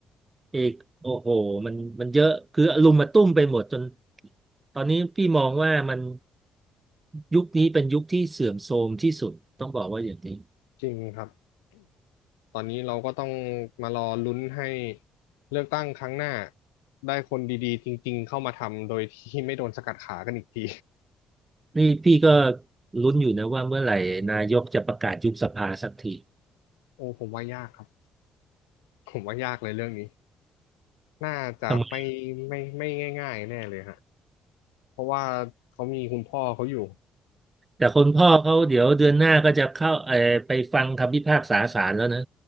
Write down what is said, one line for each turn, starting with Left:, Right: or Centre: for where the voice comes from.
Right: อีกโอ้โหมันมันเยอะคืออลุมมาตุ้มไปหมดจนตอนนี้พี่มองว่ามันยุคนี้เป็นยุคที่เสื่อมโทรมที่สุดต้องบอกว่าอย่างนี้
Left: จริงครับตอนนี้เราก็ต้องมารอลุ้นให้เลือกตั้งครั้งหน้าได้คนดีๆจริงๆเข้ามาทำโดยที่ไม่โดนสกัดขากันอีกที
Right: นี่พี่ก็ลุ้นอยู่นะว่าเมื่อไหร่นายกจะประกาศยุบสภาสักที
Left: โอ้ผมว่ายากครับผมว่ายากเลยเรื่องนี้ น่าจะไม่ไม่ไม่ง่ายๆแน่เลยฮะ
Right: ทำไม
Left: เพราะว่าเขามีคุณพ่อเขาอยู่
Right: แต่คนพ่อเขาเดี๋ยวเดือนหน้าก็จะเข้าเออไปฟังคำพิพากษาศาลแล้วนะ